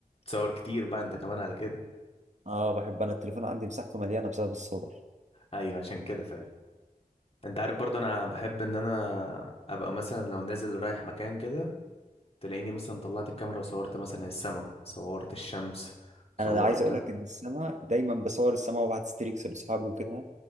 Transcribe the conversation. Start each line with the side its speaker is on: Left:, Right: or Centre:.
Left: تصور كتير بقى انت كمان على كده
Right: اه بحب انا التليفون عندي مساحته مليانه بسبب الصور
Left: ايوه عشان كده فعلا انت عارف برضه انا بحب ان انا ابقى مثلا لو نازل رايح مكان كده تلاقيني مثلا طلعت الكاميرا وصورت مثلا السماء صورت الشمس صورت
Right: انا عايز اقول لك ان السما دايما بصور السما وببعت ستريكس لاصحابي وكده